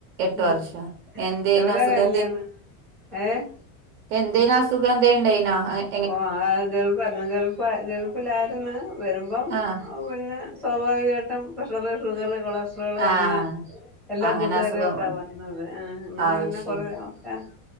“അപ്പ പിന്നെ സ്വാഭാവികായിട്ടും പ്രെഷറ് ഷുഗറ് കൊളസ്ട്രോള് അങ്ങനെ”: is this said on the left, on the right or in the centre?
Centre